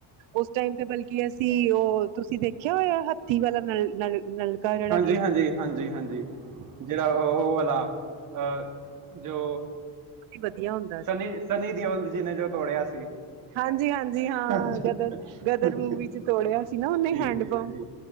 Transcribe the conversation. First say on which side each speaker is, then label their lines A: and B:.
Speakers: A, on the right; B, on the right.
A: ੳਸ ਟਾਈਮ ਤੇ ਬਲਕਿ ਅਸੀ ੳਹ ਤੁਸੀ ਦੇਖੇਆ ਹੋਏਆ ਹੱਥੀ ਵਾਲਾ ਨਲ ਨਲ ਨਲਕਾ ਜਿਹੜਾ
B: ਹਾਂਜੀ
A: ਗੇੜਦੇ
B: ਹਾਂਜੀ,
A: ਸੀ
B: ਹਾਂਜੀ ਹਾਂਜੀ, ਜੇੜਾ ੳਹ ੳਹ ਵਾਲਾ ਅ ਜੋ
A: ਕੀ ਵਧੀਆ ਹੁੰਦਾ
B: ਸਨੀ
A: ਸੀ
B: ਸਨੀ ਦਿਓਲ ਜੀ ਨੇ ਜੋ ਤੋੜਿਆ ਸੀ।
A: ਹਾਂਜੀ ਹਾਂਜੀ ਹਾਂ,
B: ਹਾਂਜੀ
A: ਗਦਰ ਗਦਰ
B: ਹਾਂਜੀ
A: ਮੂਵੀ ਚ ਤੋੜੇਆ ਸੀ ਨਾ ੳਨੇ
B: ਜੀ
A: ਹੈਂਡ
B: ਜੀ
A: ਪੰਪ।
B: ਜੀ